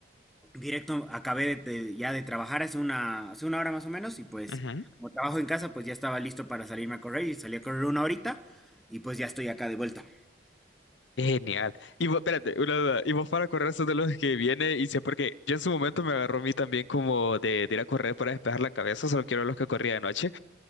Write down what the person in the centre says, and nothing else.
Directo, acabé de, de- ya de trabajar hace una, hace una hora más o menos y pues
como trabajo en casa, pues ya estaba listo para salirme a correr y salí a correr una horita y pues ya estoy acá de vuelta.